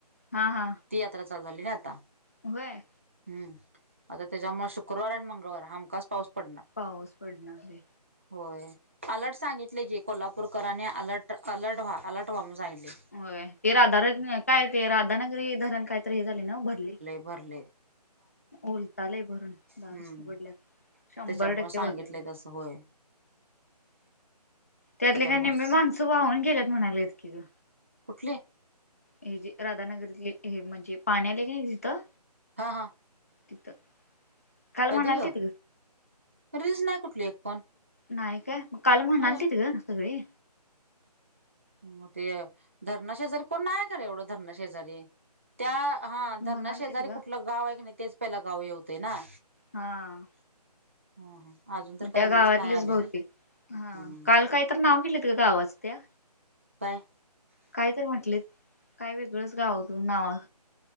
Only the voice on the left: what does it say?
हा हा.
व्हय.
पाऊस पडणार व्हय.
होय ते राधान काय ते राधानगरी धरण काय तरी हे झाले ना भरलंय?
उलटालंय भरून दार
उघडल्यात शंभर
टक्के
भरलंय.
त्यातली
काही निम्मी माणसं वाहून गेल्यात म्हणाल्यात की ग?
हे जे राधानगरतली हे म्हणजे पाणी आलंय की नाही तिथं?
तिथं. काल म्हणाल
तिथ
नाही काय? मग काल म्हणालतीत
ग सगळे.
म्हणाल तिथ ग
हा.
मग
त्या
गावातलीच
बहुतेक, हा
काल काही तर नाव दिलेत ग गावाचं त्या?
काय तरी म्हटले काय वेगळंच गाव तु नावं?